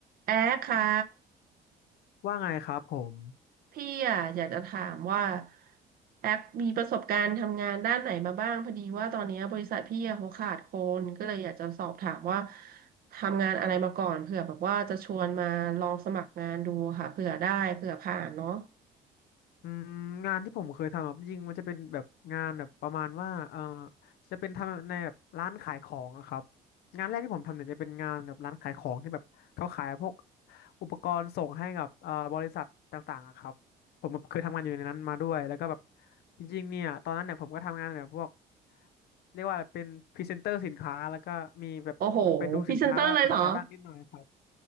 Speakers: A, on the right; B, on the left.
A: แอ๊กคะ
B: ว่าไงครับผม
A: พี่อ่ะอยากจะถามว่าแอ๊กมีประสบการณ์ทำงานด้านไหนมาบ้างพอดีว่าตอนนี้บริษัทพี่อ่ะเขาขาดคนก็เลยอยากจะสอบถามว่าทำงานอะไรมาก่อนเผื่อแบบว่าจะชวนมาลองสมัครงานดูค่ะเผื่อได้เผื่อผ่านเนาะ
B: อืมงานที่ผมเคยทำแบบจริงๆมันจะเป็นแบบงานแบบประมาณว่าเออจะเป็นทำในแบบร้านขายของอะครับงานแรกที่ผมทำเนี่ยจะเป็นงานแบบร้านขายของที่แบบเขาขายพวกอุปกรณ์ส่งให้กับเอ่อบริษัทต่างๆอะครับผมแบบเคยทำงานอยู่ในนั้นมาด้วยแล้วก็แบบจริงๆเนี่ยตอนนั้นเนี่ยผมก็ทำงานแบบพวกเรียกว่าอะไรเป็นพรีเซนเตอร์สินค้าแล้วก็มีแบบไปดูสินค้าว่ามาทำอะไรบ้างนิดหน่อยครับ
A: โอ้โหพรีเซนเตอร์เลยเหรอ